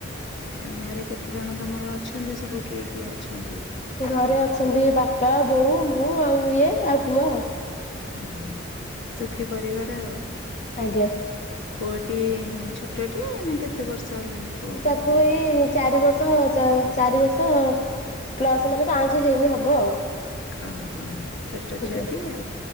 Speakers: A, on the left; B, on the left.
A: ଆ ଘରେ କେତେ ଜଣ ତମର ଅଛନ୍ତି ସବୁ କିଏ କିଏ ଅଛନ୍ତି?
B: ଘରେ ଅଛନ୍ତି ବାପା ବୋଉ ମୁଁ ଆଉ ଇଏ ଆଉ ପୁଅ।
A: ଅ ହ ସୁଖୀ ପରିବାର ଆଉ।
B: ଆଜ୍ଞା।
A: ପୁଅଟି ଛୋଟଟି ଏ ନା କେତେ ବର୍ଷ ହେଲାଣି? ପୁଅକୁ?
B: ତାକୁ ଏଇ ଚାରି ବର୍ଷ ଚାରି ବର୍ଷ ପ୍ଲସ ମାନେ ପାଞ୍ଚେ ହେଇନି ହବ ଆଉ।
A: ଅ, ହଁ ଛୋଟ
B: ଆଜ୍ଞା
A: ଛୁଆଟିଏ ଆଉ,